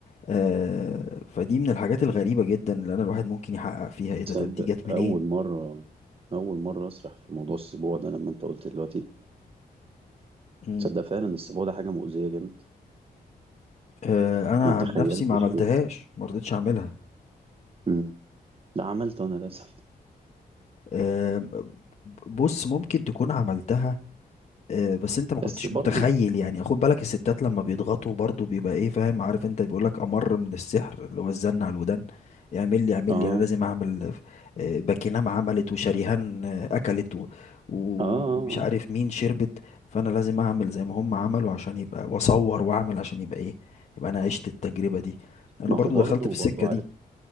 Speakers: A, on the left (about 45°); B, on the right (about 35°).
A: آه، فدي من الحاجات الغريبة جدا اللي أنا الواحد ممكن يحقق فيها إيه ده
B: تصدق
A: طب دي جت منين؟
B: اول مرة اول مرة اسرح في موضوع السبوع ده لما انت قلت دلوقتي
A: مم.
B: تصدق فعلا السبوع ده حاجة مؤذية جامد
A: آه، أنا
B: ما تخيلتش
A: عن نفسي ما عملتهاش
B: كده
A: ما رضيتش أعملها
B: مم. لا عملته انا للاسف
A: آم، بص ممكن تكون عملتها آه، بس انت ما كنتش
B: بس برضو
A: متخيل يعني خد بالك الستات لما بيضغطوا برضو بيبقى ايه فاهم عارف انت بيقول لك امر من السحر اللي هو الزن على الودان اعمل لي اعمل
B: اه
A: لي انا لازم اعمل آه، باكينام عملت وشريهان آه، اكلت و- ومش
B: اه آه.
A: عارف
B: آه.
A: مين شربت فانا لازم اعمل زي ما هم عملوا عشان يبقى واصور واعمل عشان يبقى ايه يبقى انا عشت التجربة دي انا
B: ما
A: برضو
B: هو برضو
A: دخلت في السكة
B: برضو
A: دي
B: عارف